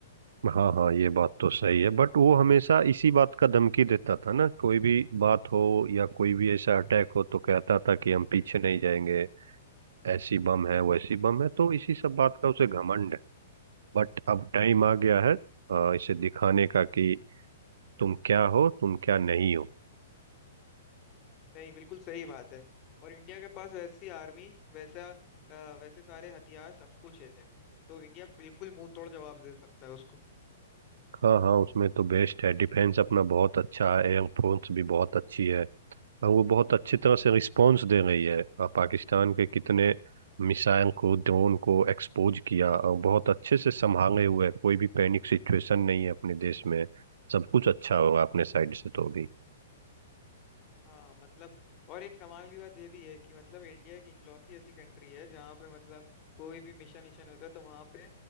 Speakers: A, on the right; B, on the left.
A: हाँ हाँ ये बात तो सही है बट वो हमेशा इसी बात का धमकी देता था ना कोई भी बात हो या कोई भी ऐसा अटैक हो तो कहता था कि हम पीछे नहीं जाएंगे ऐसी बम है वैसी बम है तो इसी सब बात का उसे घमंड है बट अब टाइम आ गया है अ, इसे
B: जी।
A: दिखाने का कि तुम क्या हो तुम क्या नहीं हो
B: नहीं बिल्कुल सही बात है और इंडिया के पास वैसी आर्मी वैसा अ, वैसे सारे हथियार सब कुछ है तो इंडिया बिल्कुल मुंह तोड़ जवाब दे सकता है उसको
A: हाँ हाँ उसमें तो बेस्ट है डिफेंस अपना बहुत अच्छा है एयर फोर्स भी बहुत अच्छी है और वो बहुत अच्छी तरह से रिस्पॉन्स दे रही है अ, पाकिस्तान के कितने मिसाइल को ड्रोन को एक्सपोज किया और बहुत अच्छे से संभाले हुए है। कोई भी पैनिक सिचुएशन नहीं है अपने देश में सब कुछ अच्छा होगा अपने साइड से तो भी
B: हाँ मतलब और एक कमाल की बात ये भी है कि मतलब इंडिया की इकलौती ऐसी कंट्री है जहाँ पे मतलब कोई भी मिशन मिशन होता है तो वहाँ पे